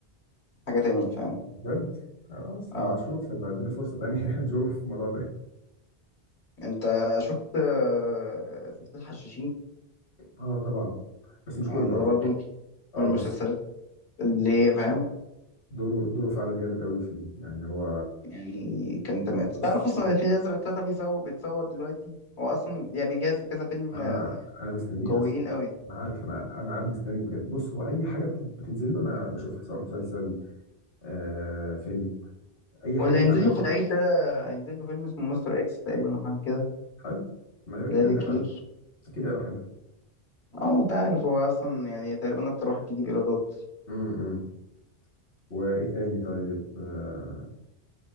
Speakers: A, on the left; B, on the left.
A: حاجه تانية فاهم
B: بجد خلاص
A: اه
B: انا اه هشوف هبقى اديله فرصه تانية <laughs> اشوف الموضوع ده
A: انت شفت آه، شفت الحشاشين
B: اه طبعا بس مش
A: يعني
B: كله
A: ده
B: على
A: برضو
B: فكره
A: من
B: اه
A: المسلسلات
B: بس
A: اللي هي فاهم
B: دوره دوره فعلا جامد قوي فيه يعني هو
A: يعني كان تمام تعرف
B: بص
A: اصلا
B: هو-
A: ان الفيل الازرق تلاته بيصور بيتصور دلوقتي هو اصلا يعني بيجهز لكذا فيلم
B: انا انا مستنيه
A: قويين
B: اصلا
A: قوي
B: انا عارف انا انا قاعد مستني بجد بص هو اي حاجه بت- بتنزل له انا بشوفها سواء مسلسل آه فيلم اي حاجه
A: واللي هينزل
B: بيعملها
A: له في العيد ده هينزل له فيلم اسمه مستر اكس تقريبا او حاجه كده
B: حلو ما هي اكيد
A: لا ذي
B: هيبقى
A: كتير
B: حلو اكيد هيبقى حلو
A: او انت عارف هو اصلا يعني تقريبا اكتر واحد بيجيب ايرادات
B: امم إمم. وايه تاني طيب آه...